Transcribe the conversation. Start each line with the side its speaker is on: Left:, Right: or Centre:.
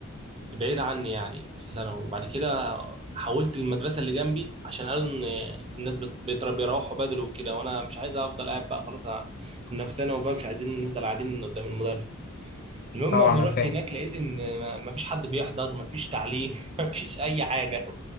Right: بعيد عني يعني في ثانوي وبعد كده حولت المدرسة اللي جنبي عشان قالوا ان الناس بت- بيتر- بيروحوا بدري وكده وانا مش عايز افضل قاعد بقى خلاص أنا- كنا في ثانوي وبقى مش عايزين نفضل قاعدين قدام المدرس المهم
Left: طبعا
Right: لما
Left: انا
Right: رحت
Left: فاهم
Right: هناك لقيت ان ما ما فيش حد بيحضر ما فيش تعليم <laughs> ما فيش اي حاجة